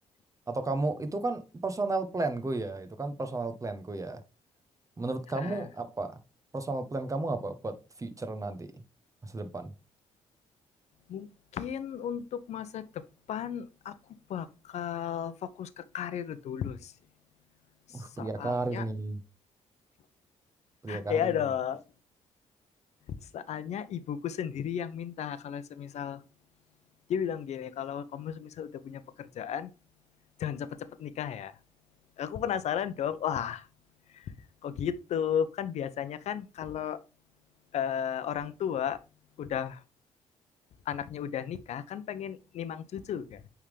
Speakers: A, on the right (about 25°); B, on the left (about 65°).
A: Atau kamu itu kan personal planku ya, itu kan personal planku ya. Menurut kamu
B: Eh,
A: apa? Personal plan kamu apa buat future nanti masa depan?
B: Mungkin untuk masa depan aku bakal fokus ke karir dulu sih. Soalnya
A: Uh, pria karir nih, pria karir
B: ya dong,
A: nih.
B: soalnya ibuku sendiri yang minta kalau semisal dia bilang gini, kalau kamu semisal udah punya pekerjaan, jangan cepet-cepet nikah ya. Aku penasaran dong, wah kok gitu? Kan biasanya kan kalau eh, orang tua udah anaknya udah nikah kan pengen nimang cucu kan.